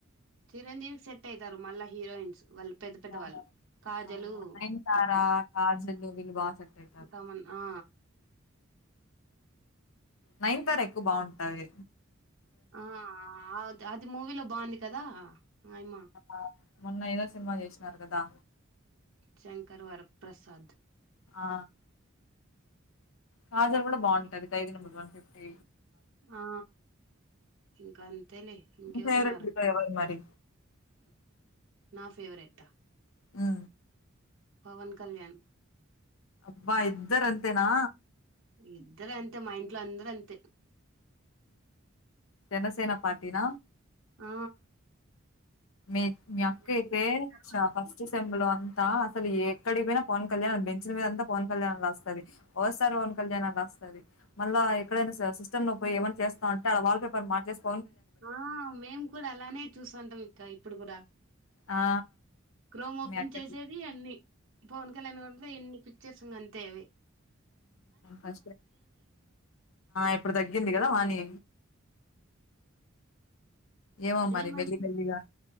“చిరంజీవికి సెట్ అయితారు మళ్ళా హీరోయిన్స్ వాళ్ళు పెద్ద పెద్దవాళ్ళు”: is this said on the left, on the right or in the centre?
Right